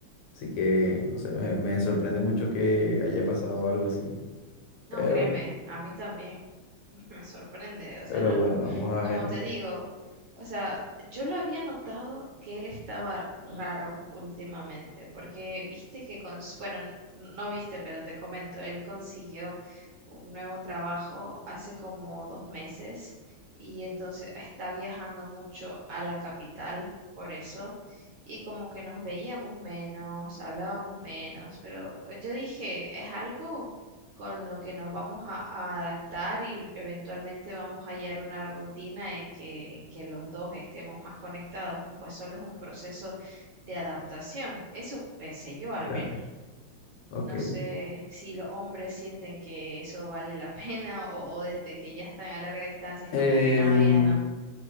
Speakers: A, on the left (about 75°); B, on the right (about 70°).
A: Así que, no sé, me, me sorprende mucho que haya pasado algo así.
B: no,
A: Pero,
B: créeme, a mí también, <laughs> me sorprende, o sea,
A: pero
B: no,
A: bueno, vamos a
B: Como
A: ver.
B: te digo, o sea, yo lo había notado que él estaba raro últimamente, porque viste que, cons- bueno, n- no viste, pero te comento, él consiguió un nuevo trabajo hace como dos meses y entonces está viajando mucho a la capital por eso y como que nos veíamos menos, hablábamos menos, pero pues yo dije, es algo con lo que nos vamos a, a adaptar y eventualmente vamos a hallar una rutina en que, en que los dos estemos más conectados, pues solo es un proceso de adaptación. Eso pensé yo al
A: Claro.
B: menos.
A: Ok.
B: No sé si los hombres sienten que eso vale la <laughs> pena o, o desde que ya están a larga distancia es
A: Em,
B: como que nada, ya no.